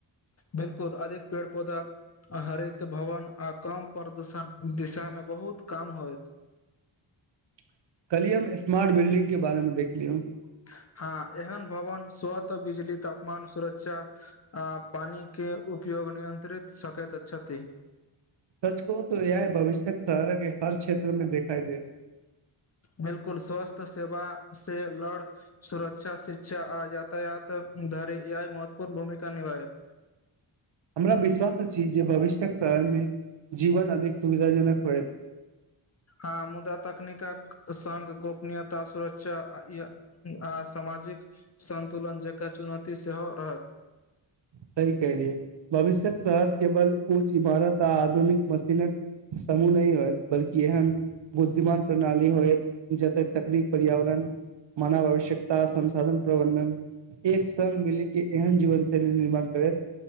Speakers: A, on the left (about 30°); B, on the right (about 60°).
A: बिलकुल अधिक पेड़ पौधा आ हरित भवन आ कम प्रदूषण दिशा मे बहुत काम होइत।
B: <unintelligible> कलियम स्मार्ट बिल्डिंग के बारेमे देख लियौ।
A: <unintelligible> हँ एहन भवन स्वत बिजली तापमान सुरक्षा आ पानी के उपयोग रोग नियन्त्रित सकैत छथि।
B: सच कहु तो यैह भविष्यक शहरक हर क्षेत्र में देखाई देत। <inaudible>
A: बिलकुल स्वस्थ सेवा से लड़ सुरक्षा, शिक्षा आ यातायात धरि ए आइ महत्वपूर्ण भूमिका निभायत।
B: <inaudible> हमरा विश्वास अछि जे भविष्य्यक शहरमे जीवन अधिक सुविधाजनक होयत। <inaudible>
A: आ मुदा तकनीकक सङग गोपनीयता सुरक्षा आ ई आ सामाजिक। सन्तुलन जेकर चुनौती सेहो रहत।
B: सही कहलियै। भविष्यक शहर केवल ऊँच इमारत आ आधुनिक मशीनक समूह नहि होयत। बल्कि एहन बुद्धिमान प्रणाली होयत। जतय तकनीक पर्यावरण मानव आवश्यकता संसाधन प्रबंधन एक सङ्ग मिलि के एहन जीवन स सब निर्माण करत।